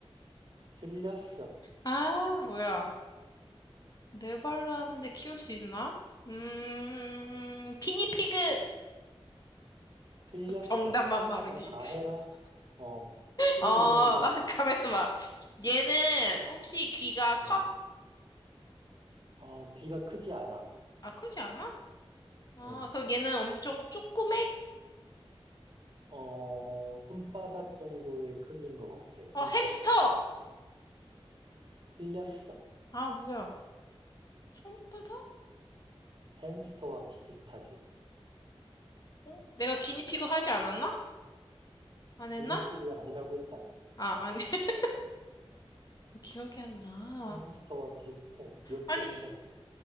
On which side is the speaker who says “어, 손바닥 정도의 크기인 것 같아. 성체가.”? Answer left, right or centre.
Right